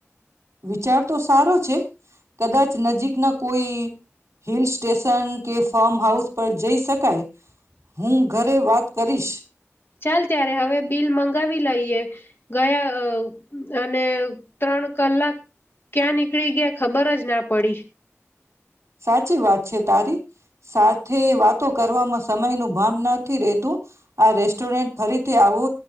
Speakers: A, on the right; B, on the left.
A: વિચાર તો સારો છે. કદાચ નજીકના કોઈ હિલ સ્ટેશન કે ફાર્મ હાઉસ પર જઈ શકાય. હું ઘરે વાત કરીશ
B: ચાલ ત્યારે હવે બિલ મંગાવી લઈએ. ગયા અને ત્રણ કલાક ક્યાં નીકળી ગયા ખબર જ ના પડી.
A: સાચી વાત છે તારી સાથે વાત કરવામાં સમય નું ભાન નથી રતું આ રેસ્ટોરન્ટ ફરી આવો